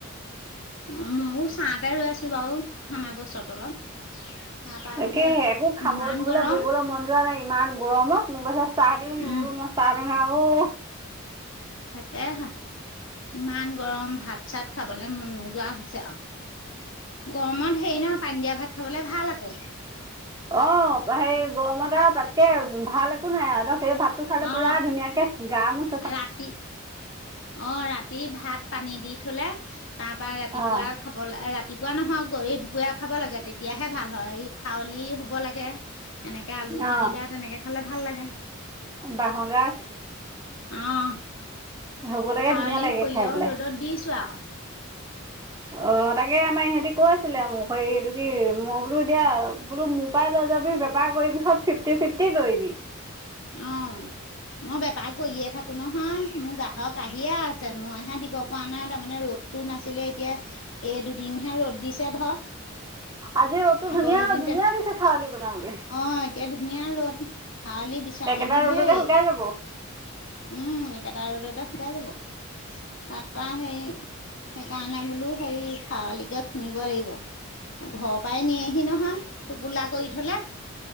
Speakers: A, on the left; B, on the right.
A: উম, ময়ও চাতে ৰৈ আছো বাৰু আমাৰ গছৰ তলত। তাৰপা
B: তাকেহে,
A: সেই
B: একো খাব
A: ইমান
B: ববলে
A: গৰম
B: ববলে মন যোৱা নাই ইমান গৰমত মোক গৈছে চাহ দি।
A: উম।
B: ম‌ই চাহ নাখাওঁ ঔ।
A: তাকে হে, ইমান গৰম ভাত-চাত খাবলে মন নোযোৱা হৈছে আৰু। গৰমত হেৰি নহয় পানী দিয়া ভাত খাবলে ভাল আকৌ।
B: অ' সেই গৰমত আৰু তাতকে ভাল একো নাই আৰু সেই ভাতটো খালে
A: অ
B: পুৰা ধুনীয়াকে। <inaudible>
A: ৰাতি অ' ৰাতি ভাত পানী দি থলে তাৰ পা ৰাতিপুৱা
B: অঁ
A: খাব ল ৰাতিপুৱা নহয় গৰ দুপৰীয়া খাব লাগে। তেতিয়াহে ভাল হয় এই খাৱলি হ'ব লাগে
B: <inaudible>
A: এনেকে আলু পিটিকা
B: অঁ
A: তেনেকে খালে ভাল লাগে।
B: বাঁহৰ গাজ
A: অ খাৱলি
B: হ'বলৈকে ধুনীয়া লাগে
A: সৰিয়হ
B: খাই পেলাই
A: ৰ'দত দিছো আৰু
B: অ তাকে আমাৰ ইহঁতি কৈ আছিলে মোক হে এইটো কি মই বোলো এতিয়া বোলো তই লৈ যাবি বেপাৰ কৰিবিহত ফিফট ফিফটি কৰিবি
A: অ। মই বেপাৰ কৰিয়ে থাকো নহয় মোৰ গ্ৰাহক আহিয়ে আছে মইহে দিব পৰা নাই তাৰমানে ৰ'দ। টো নাছিলে এতিয়া, এই দুদিনহে ৰ'দ দিছে ধৰ।
B: আজি ৰ'দটো
A: আগৰ
B: ধুনীয়া
A: কেইদিন
B: ধুনীয়া দিছে খউলি বনাবলৈ।
A: অ', এতিয়া ধুনীয়া ৰ'দ হাৱলি বিচৰা
B: একেটা
A: মানুহ
B: ৰ'দতে
A: ঢেৰ।
B: শুকাই যাব
A: উম, একেটা ৰ'দতে শুকাই যাব। তাৰপৰা সেই সেইকাৰণে বোলো হেৰি খাৰলিকে খুন্দিব লাগিব। ঘৰৰ পৰাই নিয়েহি নহয় টোপোলা কৰি থ'লে।